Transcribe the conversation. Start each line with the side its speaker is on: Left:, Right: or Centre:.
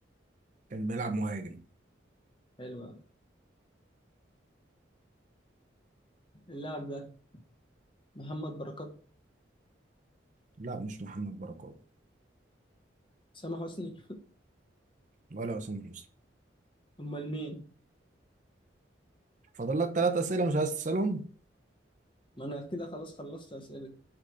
Right: كان بيلعب مهاجم
Left: حلو أوي. اللاعب ده محمد بركات
Right: لا مش محمد بركات
Left: سامح حسني
Right: ولا حسام حسني
Left: <laughs> أمال مين؟
Right: فاضل لك ثلاث اسئله مش عايز تسالهم
Left: ما أنا كده خلاص خلصت أسئلة